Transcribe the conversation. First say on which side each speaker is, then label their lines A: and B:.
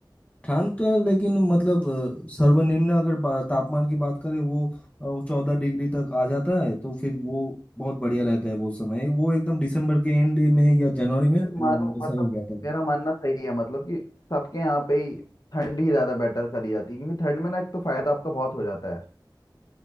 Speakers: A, on the left; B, on the left.
A: ठंड का लेकिन मतलब अ, सर्वनिम्न अगर बा- तापमान की बात करें वो चौदह डिग्री तक आ जाता है तो फिर वो बहुत बढ़िया रहता है वो समय वो एकदम दिसंबर के एंड में या जनवरी में
B: मेरे
A: वो
B: मानो
A: वैसा
B: मतलब
A: हो जाता है
B: मेरा मानना सही है मतलब कि सबके यहाँ पे ही ठंड ही ज़्यादा बेटर करी जाती है क्योंकि ठंड में ना एक तो फायदा आपका बहुत हो जाता है